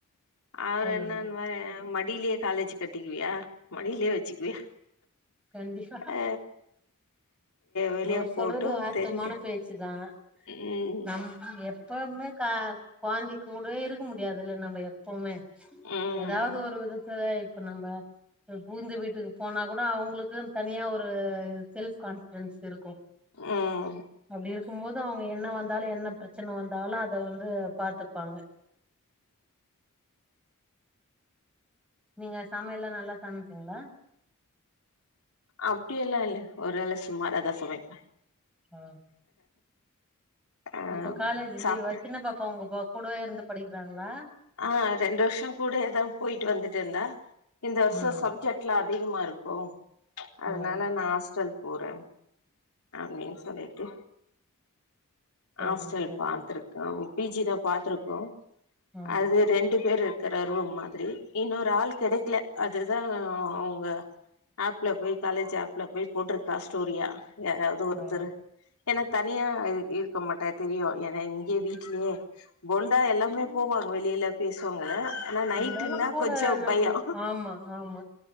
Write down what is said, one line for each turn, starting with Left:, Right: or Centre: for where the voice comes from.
Left: அவரு
Centre: சொல்லுங்க
Left: என்னன்னு வாரு மடியிலேயே காலேஜ் கட்டிக்குவியா மடியிலேயே வச்சுக்குவியா
Centre: கண்டிப்பா.
Left: ஆ வெளிய
Centre: அவர் சொல்றது
Left: போட்டு
Centre: வாஸ்தமான
Left: தெரியட்டு
Centre: பேச்சு தான்
Left: ம்
Centre: நம் எப்ப எப்பவுமே கா குழந்தை கூடவே இருக்க முடியாதுல நம் ம எப்பவுமே
Left: ம்
Centre: ஏதாவது ஒரு விதத்துல இப்ப நம்ம புகந்து வீட்டுக்கு போனா கூட அவங்களுக்கு தனியா ஒரு இ செல்ப் கான் டன்ஸ் இருக்கு
Left: ம்
Centre: அப்டி இருக்கும் போது அவங்க என்ன வந்தாலும் என்ன பிரச்சன வந்தாலும் அ அத வந்து பாத்துப்பாங்க நீங்க சமைய எல்லாம் நல்லா சமைப்பீங்களா
Left: அப்படிய எல்லாம் இல்ல ஒரு வேள சுமாராதான் சமைப்பே
Centre: ஆ
Left: ஆ
Centre: இப்ப காலேஜ்
Left: சாப்ட்ற
Centre: லீவா சின்ன பாப்பா உங்க கூடவே இருந்து படிக்கிறாங்களா
Left: ஆ ரெண்டு வருஷோ கூடயே தா போயிட்டு வந்துட்டு இருந்தா இந்த வருஷம்
Centre: ம்
Left: சப்ஜெக்ட்லா அதிகமா இருக்கும் அதனால
Centre: ஓ
Left: நான் ஆஸ்டல் போற அப்டின்னு சொல்லிட்டு நாங்க எழுந்த லேட்டு
Centre: சரிங்க
Left: ஹாஸ்டல்
Centre: சரிங்க
Left: பாத்துருக்கோ பிஜி தான் பாத்துருக்கோ
Centre: ஓ
Left: அது ரெண்டு பேரு இருக்கிற ரூம் மாதிரி இன்னொரு ஆள் கிடைக்கல அதுதான் அவங்க ஆப்ல போய் காலேஜ் ஆப்ல போய் போட்ருக்கா ஸ்டோரியா யாராவது ஒருத்தரூ
Centre: ஓ
Left: ஏன்னா தனியா இருக்க மாட்டா தெரியும் ஏன்ன இங்கய வீட்லயே போல்டா எல்லாமே போவாங்க வெளியில பேசுவாங்க ஆனா நைட்டுன்னா
Centre: இருந்தாலு கூட
Left: கொஞ்சோ
Centre: நம்
Left: பயோ
Centre: ஆமா ஆமா